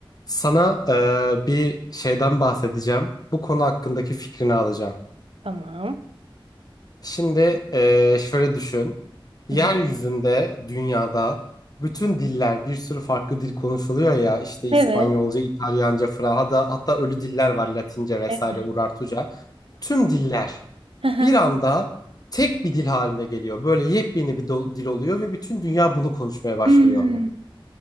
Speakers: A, on the left; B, on the right.
A: Sana eee, bir şeyden bahsedeceğim. Bu konu hakkındaki fikrini alacağım.
B: Tamam.
A: Şimdi eee, şöyle düşün. Yeryüzünde,
B: Hı hı.
A: dünyada bütün diller, bir sürü farklı dil konuşuluyor ya. İşte İspanyolca,
B: Evet.
A: İtalyanca, Fransızca, hatta ölü diller var Latince vesaire,
B: Evet.
A: Urartuca. Tüm diller
B: Hı hı.
A: bir anda tek bir dil haline geliyor. Böyle yepyeni bir do- dil oluyor ve bütün dünya bunu konuşmaya başlıyor.
B: Hmm.